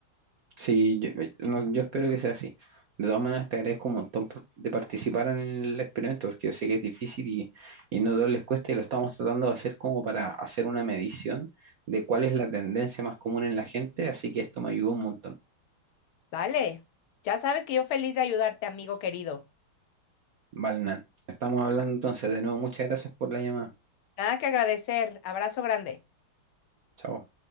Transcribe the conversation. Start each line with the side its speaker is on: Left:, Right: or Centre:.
Right: Sí, yo, eh, no, yo espero que sea así. De todas maneras, te agradezco un montón por- de participar en el experimento, porque yo sé que es difícil y, y no a todos les cuesta, y lo estamos tratando de hacer como para hacer una medición de cuál es la tendencia más común en la gente, así que esto me ayudó un montón.
Left: Dale. Ya sabes que yo feliz de ayudarte, amigo querido.
Right: Valnan. Estamos hablando entonces, de nuevo, muchas gracias por la llamada.
Left: Nada que agradecer. Abrazo grande.
Right: Chao.